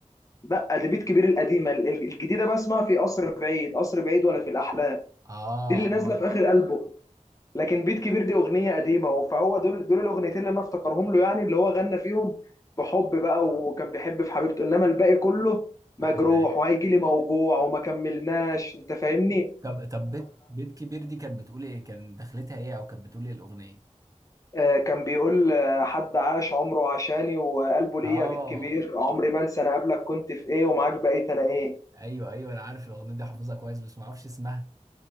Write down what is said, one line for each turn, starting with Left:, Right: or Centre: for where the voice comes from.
Left: لا دي بيت كبير القديمة ال- ال- الجديدة بقى اسمها في قصر بعيد قصر بعيد ولا في الأحلام
Right: اه
Left: دي اللي نازلة
Right: اه
Left: في آخر ألبوم لكن بيت كبير دي اغنيه قديمه فهو دول دول الاغنيتين اللي انا افتكرهم له يعني اللي هو غنى فيهم بحب بقى وكان بيحب في حبيبته انما الباقي كله مجروح
Right: بحس ده
Left: وهيجي لي موجوع وما كملناش انت فاهمني
Right: طب طب بيت بيت كبير دي كانت بتقول ايه كان دخلتها ايه او كانت بتقول ايه الاغنيه
Left: فكان بيقول آه، حد عاش عمره عشاني وقلبه ليا
Right: اه
Left: بيت كبير عمري ما انسى انا قبلك كنت في ايه ومعاك بقيت انا ايه
Right: ايوه ايوه انا عارف الاغنيه دي حافظها كويس بس ما اعرفش اسمها